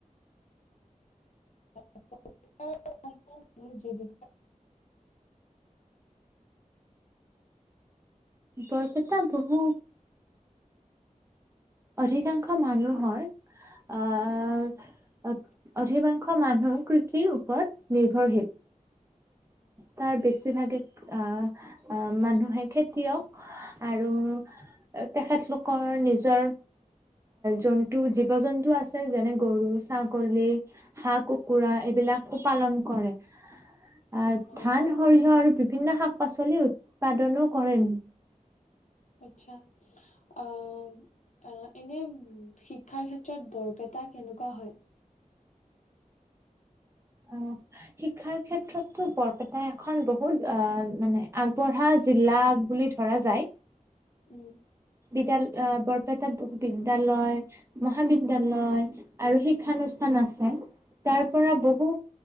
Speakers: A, on the left (about 60°); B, on the right (about 20°).
A: <unintelligible> জিৱীক
B: বৰপেটা বহু অধিকাংশ মানুহৰ আহ, অ-অধিবাং খ মানুহ, কৃষিও ওপৰত নিৰ্ভৰশীল। তাৰ বেছিভাগে আহ মানুহে খেতিয়ক আৰু তেখেতলোকৰ নিজৰ জন্তু জীৱ-জন্তু আছে যেনে গৰু, ছাগলী হাঁহ, কুকুৰা, এইবিলাকো পালন কৰে। আহ
A: অ', অ',
B: ধান, সৰিয়হ আৰু বিভিন্ন শাক-পাচলিৰ উৎপাদনো কৰে।
A: আচ্ছা, আহ আ এনে শিক্ষাৰ ক্ষেত্ৰত বৰপেটা কেনেকুৱা হয়?
B: অঁ, শিক্ষাৰ ক্ষেত্ৰতো বৰপেটা এখন বহুত আহ মানে আগবঢ়া জিলা বুলি ধৰা যায়।
A: উম।
B: বৰপেটাত বহুত বিদ্যালয়, মহাবিদ্যালয় আৰু শিক্ষা অনুষ্ঠান আছে। তাৰ পৰা বহু